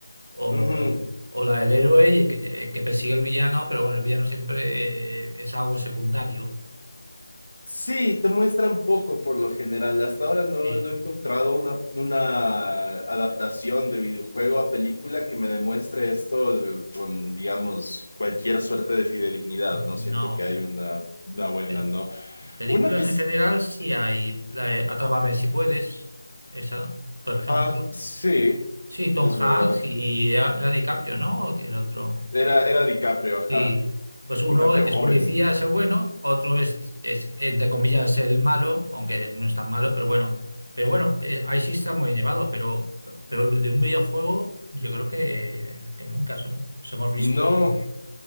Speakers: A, on the right (about 85°); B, on the left (about 80°).
A: o,
B: ujú.
A: o la del héroe y que, eh, que persigue al villano, pero bueno, el villano siempre eh, es algo secundario.
B: Sí, te muestran poco por lo general. Hasta ahora no,
A: Y
B: no he encontrado una, una adaptación de videojuego a película que me demuestre esto de- con, digamos, cualquier suerte de fidedignidad. No
A: no.
B: siento que hay una, una buena,
A: Pel-
B: ¿no?
A: Películas
B: Una que es...
A: en general sí hay. La de Atrápame si puedes, esa, por ejemplo.
B: Ah, sí,
A: Sí, Tom
B: es verdad.
A: Hanks y era era DiCaprio, ¿no? ¿O el otro?
B: Era, era DiCaprio, ajá.
A: Sí, pues uno
B: DiCaprio
A: es
B: joven.
A: policía, es el bueno, otro es, es, entre comillas, el malo, aunque no es tan malo, pero bueno. Pero bueno, eh, ahí sí está muy bien llevado, pero, pero de un videojuego yo creo que, que nunca so- somos visto
B: No,